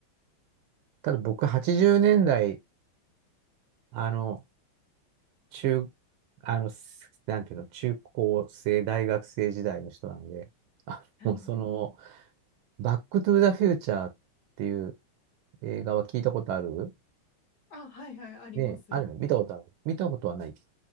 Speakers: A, on the right; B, on the left.
A: ただ僕80年代、あの、中、あの、すなんていうの、中高生、大学生時代の人なので、あもうその、
B: はい。
A: バックトゥーザフューチャーっていう映画は聞いたことある
B: あ、はいはい、あります。
A: ね、あるの見たことある見たことはない。